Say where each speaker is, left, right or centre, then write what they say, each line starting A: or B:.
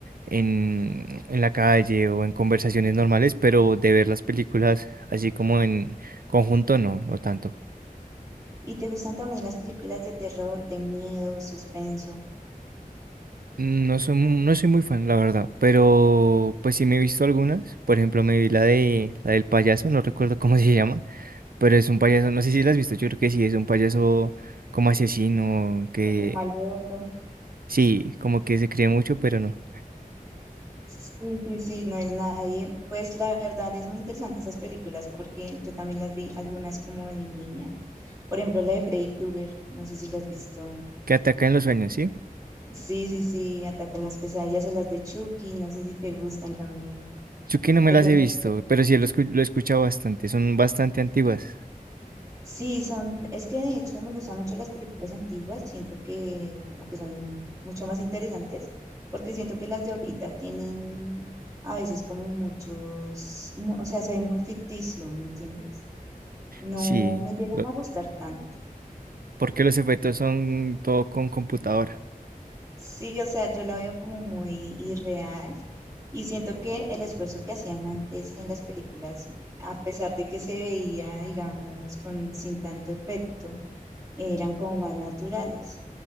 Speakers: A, on the right (about 75°); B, on the right (about 20°).
A: en, en la calle o en conversaciones normales, pero de ver las películas así como en conjunto, no, no tanto.
B: ¿Y te gustan también las películas de terror, de miedo, suspenso?
A: No soy, mu- no soy muy fan, la verdad, pero pues sí me he visto algunas. Por ejemplo, me vi la de la del payaso, no recuerdo cómo se llama Pero es un payaso, no sé si lo has visto, yo creo que sí, es un payaso como asesino, que
B: como Malévolo.
A: sí, como que se cree mucho, pero no,
B: Sí, sí, sí, no es nadie. Pues la verdad es muy interesante esas películas porque yo también las vi algunas como de niña. Por ejemplo, la de Freddy Krueger, no sé si las has visto.
A: que ataca en los sueños, ¿sí?
B: Sí, sí, sí, Atacan las pesadillas o las de Chucky, no sé si te gustan también.
A: Yo que no me
B: De
A: las
B: pronto
A: he visto, pero sí lo, escu- lo he escuchado bastante, son bastante antiguas,
B: Sí, son, es que de hecho me gustan mucho las películas antiguas, siento que como que son mucho más interesantes, porque siento que las de ahorita tienen a veces como muchos, mu- o sea, se ve muy ficticio, ¿me entiendes? No
A: sí,
B: me llegan
A: lo-
B: a gustar tanto.
A: porque los efectos son todo con computadora,
B: Sí, o sea, yo la veo como muy irreal y siento que el esfuerzo que hacían antes en las películas, a pesar de que se veía, digamos, con, sin tanto efecto, eran como más naturales.